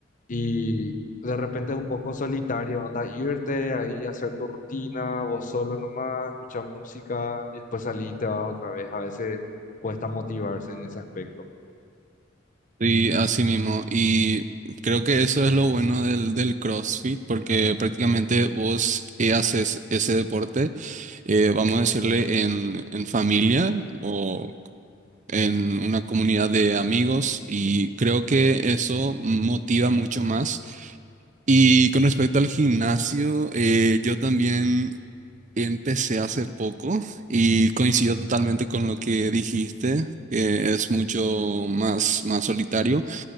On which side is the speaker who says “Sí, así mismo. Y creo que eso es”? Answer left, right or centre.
Right